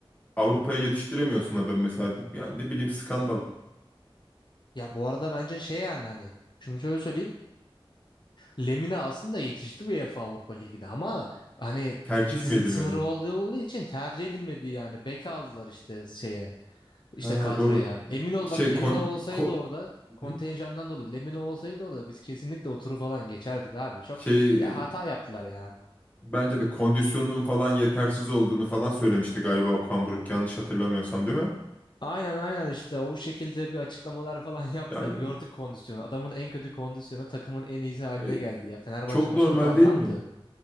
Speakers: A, on the left (about 15°); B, on the left (about 50°).
A: Avrupa'ya yetiştiremiyorsun adamı mesela. Bir- Yani ne bileyim skandal.
B: ya bu arada bence şey yani hani şimdi şöyle söyleyeyim. Lemina aslında yetişti UEFA Avrupa Ligi'de ama hani
A: Tercih
B: sın
A: mi edilmedi?
B: sınırı olduğu için tercih edilmedi yani. Bek aldılar işte şeye işte
A: Ha
B: kadroya.
A: doğru.
B: Emin ol
A: Şey
B: bak Lemina
A: kon,
B: olsaydı
A: ko-
B: orada kontenjandan
A: Hı?
B: dolayı Lemina olsaydı orada biz kesinlikle o turu falan geçerdik abi. Çok
A: şey
B: ya hata yaptılar ya.
A: Bence de kondisyonunun falan yetersiz olduğunu falan söylemişti galiba Okan Buruk yanlış hatırlamıyorsam değil mi?
B: Aynen aynen işte o şekilde bir açıklamalar falan <laughs> yaptı
A: Yani
B: da gördük kondisyonu. Adamın en kötü kondisyonu takımın en iyisi haline
A: e,
B: geldi ya. Fenerbahçe
A: çok
B: maçında
A: normal
B: falan
A: değil
B: ne yaptı?
A: mi?